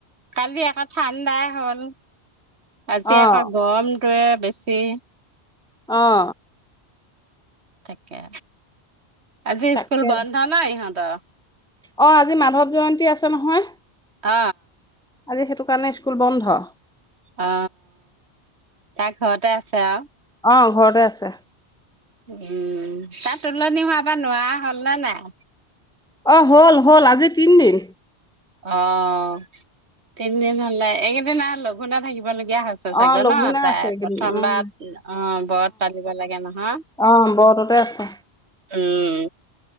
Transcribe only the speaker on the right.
কালি আকৌ ঠাণ্ডাই হ'ল। আজি
আকৌ গৰম তোৱে বেছি।
তাকে। আজি
স্কুল বন্ধ ন ইহঁত <unintelligible>
অ।
অ, তাৰ ঘৰতে আছে আউ।
উম, তাত তুলনি হোৱা বা নোৱাৰা হ'ল নে নাই?
অ', তিনিদিন হলে এইকেইদিন আৰু লঘোণে থাকিব <unintelligible> লগিয়া হৈছে চাগে
ন তাই?
প্ৰথমবাৰ
অ', ব্ৰত পালিব লাগে নহয়।
উম।